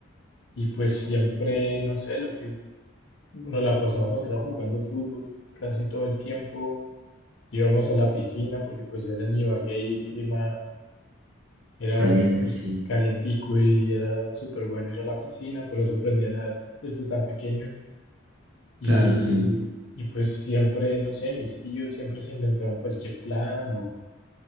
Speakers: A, on the left; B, on the right.
A: Y pues siempre, no sé, lo que nos la pasábamos era jugando fútbol casi todo el tiempo. Íbamos a la piscina porque pues era en Ibagué y el clima era
B: Caliente,
A: pues
B: sí.
A: calientico y era súper bueno ir a la piscina, por eso aprendí a nadar desde tan pequeño. Y,
B: Claro, sí.
A: y pues siempre, no sé, mis tíos siempre se inventaban cualquier plan o